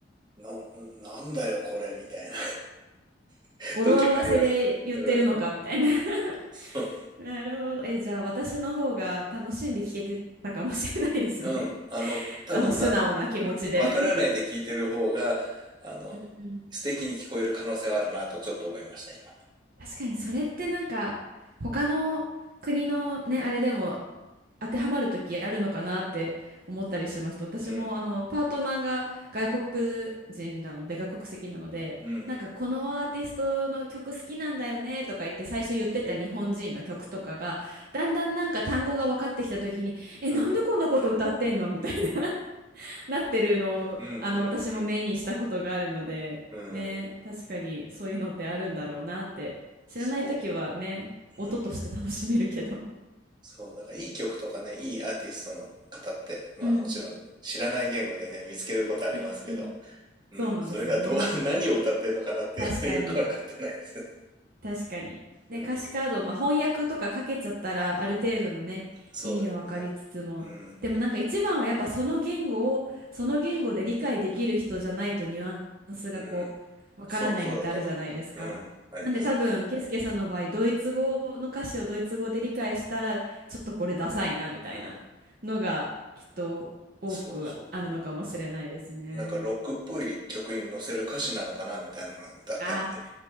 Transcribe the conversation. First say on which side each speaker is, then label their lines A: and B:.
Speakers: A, on the right; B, on the right.
A: な、なんだよこれ、みたいな <laughs>
B: 語呂合わせで言ってるのかみたいな
A: 時もありますね。うん。そう。
B: <laughs> なるほど。え、じゃあ私の方が楽しんで聞けてたかもしれないですね。
A: うん。
B: <laughs>
A: あの、多分な、
B: あの素直な気持ちで
A: うん、わからないで聞いてる方が、あの、
B: うんうん
A: 素敵に聞こえる可能性はあるなとちょっと思いました、今。
B: 確かにそれってなんか他の国のね、あれでも当てはまる時あるのかなって思ったりしました。私もあのパートナーが外国人なので外国籍なのでなんかこのアーティストの曲好きなんだよねとか言って最初言ってた日本人の曲とかがだんだんなんか単語が分かってきた時にえなんでこんなこと歌ってんのみたいな
A: うん。うんうん。うん。うん
B: <laughs> なってるのをあの私も目にしたことがあるのでね確かにそういうのってあるんだろうなって知らない時はね音として楽しめるけど。
A: うんうんうんうんそう、うん、そうだからいい曲とかねいいアーティストの方ってまあもちろん知らない言語でね見つけることありますけど、
B: うんうんうんそうなんですよね。
A: うん、それがどう <laughs> 何を歌ってるのかなっていうのはよく分かってないです。
B: 確かに、確かに。ね、
A: うん、
B: 歌詞カード、まあ、翻訳とかかけちゃったら、ある程度のね、
A: そうですね。
B: 意味を分かりつつも、
A: うんうん
B: でもなんか一番はやっぱその言語を、その言語で理解できる人じゃないとニュアンスがこう、
A: うん、
B: 分からないのってあるじゃないですか。
A: そうそうだと思います。うん、ありますね。
B: なんで多分、ケイスケさんの場合、ドイツ語の歌詞をドイツ語で理解したら、ちょっとこれダサいな、みたいなのが、
A: うん、
B: きっと多くあるのかもしれないですね。
A: そうそうそう。なんかロックっぽい曲に載せる歌詞なのかなみたいなのだったりね。
B: あ、